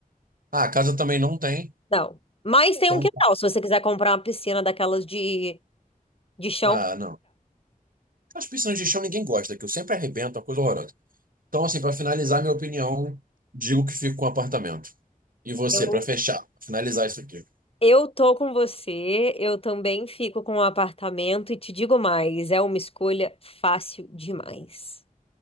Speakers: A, on the right (about 70°); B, on the left (about 40°).
A: Ah, a casa também não tem,
B: Não. Mas tem
A: então.
B: um quintal, se você quiser comprar uma piscina daquelas de, de chão.
A: Ah,
B: pra
A: não. As piscinas de chão ninguém gosta, que eu sempre arrebento, é uma coisa horrorosa. Então, assim, para finalizar minha opinião, digo que fico com apartamento. E você,
B: Eu,
A: para fechar, finalizar isso aqui.
B: eu tô com você, eu também fico com o apartamento e te digo mais, é uma escolha fácil demais.